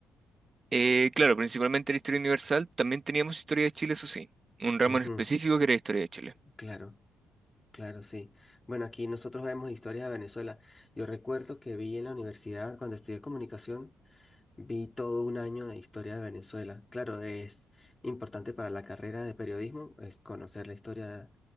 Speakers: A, on the right (about 30°); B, on the left (about 20°).
A: Eh, claro, principalmente la historia universal, también teníamos historia de Chile, eso sí. Un ramo
B: Ujú,
A: en específico que era historia de Chile.
B: Claro. Claro, sí. Bueno, aquí nosotros vemos historias de Venezuela. Yo recuerdo que vi en la universidad, cuando estudié comunicación, vi todo un año de historia de Venezuela. Claro, es importante para la carrera de periodismo, es conocer la historia